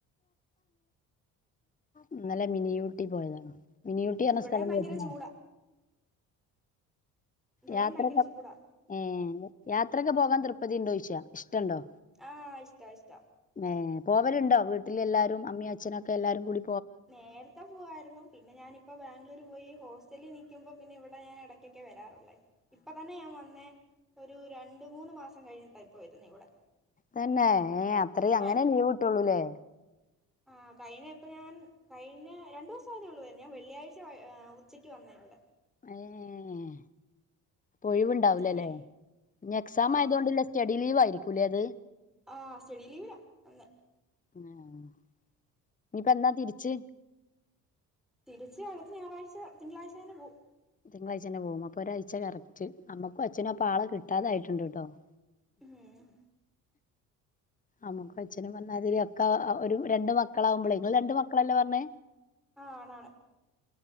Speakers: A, on the left; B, in the centre.
A: ഇന്നലെ മിനിയൂട്ടി പോയതാണ്. മിനിയൂട്ടി പറ്ഞ്ഞ
B: ഇവിടെയും
A: സ്ഥലം
B: ഭയങ്കര
A: കേട്ട്ണോ?
B: ചൂടാ ഇവിടെയും
A: യാത്രക്കപ്
B: ഭയങ്കര ചൂടാ
A: ഏഹ് യാത്രക്കെ പോകാം തൃപ് പ്പതിണ്ടോയ്ച്ച ഇഷ്ട്ടണ്ടോ
B: ആഹ് ഇഷ്ട്ട ഇഷ്ട്ട
A: ഏ പോവല്ണ്ടോ വീട്ടിലെല്ലാരും അമ്മേം അച്ഛനൊക്കെ എല്ലാരുങ്കൂടി.
B: നേരത്തെ പോവായിര്ന്നു. പിന്നെ ഞാനിപ്പോ ബാംഗ്ലൂര് പോയി ഹോസ് റ്റലിൽനിക്കുമ്പോ പിന്നെ ഇവിടെ ഞാൻ എടയ്കൊക്കെ വരാറ് ല്ലെ ഇപ്പ തന്നെ ഞാൻ വന്നേ ഒരു രണ്ട് മൂന്ന് മാസം കഴിഞ്ഞിട്ടാ ഇപ്പ വരുന്നേ ഇവിടെ
A: തന്നേ ഏഹ് അത്രേം
B: ക
A: അങ്ങനെ ലീവ്ട്ടൊള്ളുലേ?
B: ആഹ് കഴിഞ്ഞ ഇപ്പ ഞാൻ കഴിഞ്ഞ രണ്ടുസം ആയതേ ഒള്ളു <unintelligible> ഞാൻ വെള്ളിയാഴ്ച വൈ ഉച്ചക്ക് വന്നേ ഇവടെ
A: ഏഹ് പ്പൊ ഒഴിവ്ണ്ടാവൂലലേ
B: ഇങ്ങനെ
A: ഇഞെക്സാം
B: ആഹ്
A: ആയതോണ്ട്ല്ലെ സ്റ്റഡി ലീവ് ആയിരി ക്കുലേത്
B: ആഹ് സ്റ്റഡി ലീവിനാ വന്ന്
A: ഏഹ് ഇഞ്ഞ് പ്പെന്നാ തിരിച്ച്
B: തിരിച്ച് അടുത്ത ഞായറാഴ്ച തിങ്കളാഴ്ച തന്നെ പോവും
A: തിങ്കളാഴ്ചന്നെ പോവും. അപ്പോ ഒരാഴ്ച കറക്റ്റ്. അമ്മക്കും അച്ഛനും അപ്പൊ ആളെ കിട്ടാതായിട്ട്ണ്ട്ട്ടോ <inaudible>
B: ഉം
A: അമുക്ക് അച്ഛനും പറ്ന്നാതിരി ഒക്കെ ഒരു രണ്ട് മക്കളാവുമ്പളേ ഇങ്ങൾ രണ്ട് മക്കളെല്ലേ പറ്ഞ്ഞേ
B: ആഹ് ആണ് ആണ്